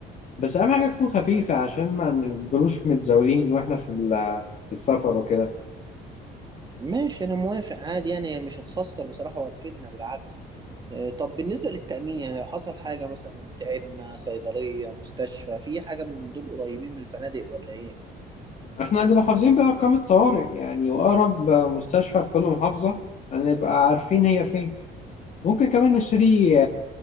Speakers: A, on the left (about 50°); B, on the right (about 25°).
A: بس أهم حاجة تكون خفيفة عشان ما نفضلوش متزاولين وإحنا في ال- في السفر وكده
B: ماشي انا موافق عادي يعني هي مش هتخسر بصراحه وهتفيدنا بالعكس آه، طب بالنسبه للتامين يعني لو حصل حاجه مثلا تعبنا صيدليه مستشفى في حاجه من دول قريبين من الفنادق ولا ايه
A: إحنا هنبقى حافظين بقى أرقام الطوارئ يعني وأقرب مستشفى في كل محافظة هنبقى عارفين هي فين ممكن كمان نشتري